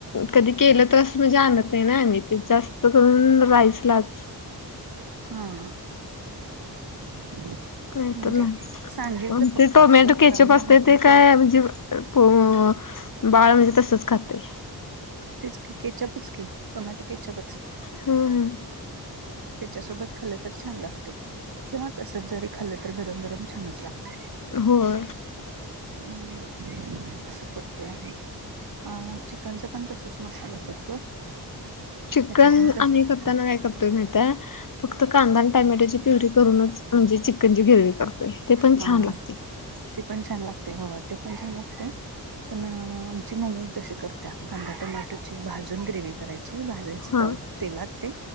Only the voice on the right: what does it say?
हा हा. <inaudible>
म्हणजे
सांगितलं
फक्त
असं
करा म्हणून
आम्ही पण
केलं
तेच की केचपच की टोमॅटो केचपच.
त्याच्यासोबत खाल्लं तर छान लागते किंवा तसच जरी खाल्लं तर गरम गरम छानच लागतंय.
हम्म असं करतोय आम्ही. अ चिकनचा पण तसंच मसाला करतो.
ह्याचा पण तसच
हा
ते पण छान लागते हो ते पण छान लागते. पण आमची मम्मी तशी करत्या कांदा टोमॅटोची भाजून ग्रेव करायची भा
तेलात ते